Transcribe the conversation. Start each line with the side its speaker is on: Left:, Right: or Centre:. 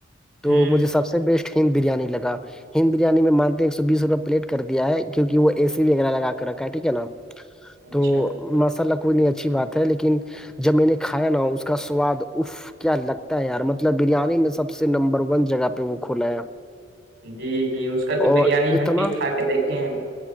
Centre: تو
Right: ہ
Centre: مجھے سب سے بیسٹ کنگ بریانی لگا ہند بریانی میں مانتے ایک سو بیس روپے پلیٹ کر دیا ہے کیک وہ اےی وغیرہ لگا کر رکھا ٹھیک ہے نا
Right: اچھا
Centre: تو ماشاء اللہ کوئی نہیں اچھی بات ہے لیکن جب میں نے کھایا نا اس کا سواد اف کیا لگتا ہے یار مطلب بریانی میں سب سے نمبر ون جگہ پہ وہ کھولا ہے
Right: جی جی اس کا تو
Centre: اور
Right: بریانی
Centre: اتنا
Right: ہم بھی کھا کے دیکھے ہیں